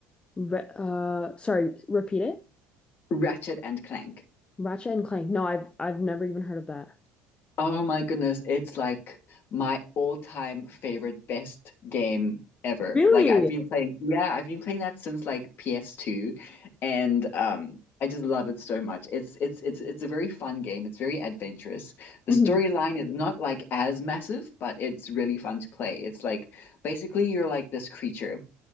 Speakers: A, on the left (about 20°); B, on the left (about 45°).
A: Re uh, sorry, repeat it.
B: Ratchet and Clank.
A: Ratchet and Clank. No, I've I've never even heard of that.
B: Oh my goodness, it's like my all-time favorite best game ever.
A: Really?
B: Like I've been playing, yeah, I've been playing that since like PS2 and um I just love it so much. It's it's it's it's a very fun game. It's very adventurous. The
A: hmm
B: storyline is not like as massive, but it's really fun to play. It's like basically you're like this creature